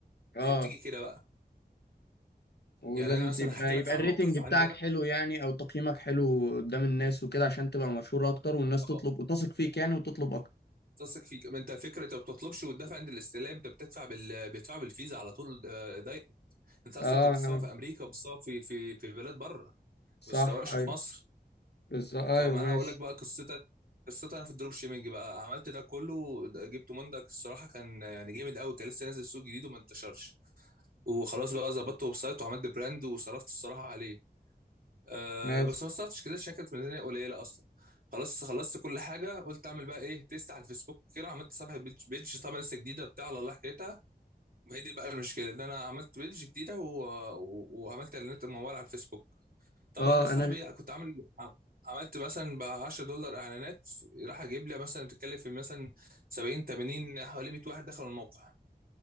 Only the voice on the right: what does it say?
هي بتيجي كده بقى
يعني انا مثلا
هحكي لك
على
موقف
عندنا
اه
تثق فيك ما انت فكره انت ما بتطلبش وتدفع عند الاستلام انت بتدفع بال... بتدفع بالفيزا على طول آه، دايركت انت اصلا
انت بتصور
في امريكا وبتصور في في في بلاد بره ما
بتصورش
في مصر
فما
انا هقول لك بقى قصتي قصتي انا في الدروب شيبنج بقى عملت ده كله ده- جبته مندك الصراحه كان يعني جامد قوي كان لسه نازل سوق جديد وما انتشرش وخلاص بقى ظبطت ويب سايت وعملت براند وصرفت الصراحه عليه أه
بس ما صرفتش كده عشان كانت ميزانيه قليله اصلا خلاص خلصت كل حاجه قلت اعمل بقى ايه تيست على الفيسبوك كده عملت صفحه بيج, بيج طبعا لسه جديده بتاع على الله حكايتها وهي دي بقى المشكله ان انا عملت بيج جديده و... و... وعملت اعلانات مموله على الفيسبوك طبعا
يا صاحبي
كنت عامل عملت مثلا ب 10 دولار اعلانات راح اجيب لي مثلا بتتكلم في مثلا 70 80 حوالي 100 واحد دخلوا الموقع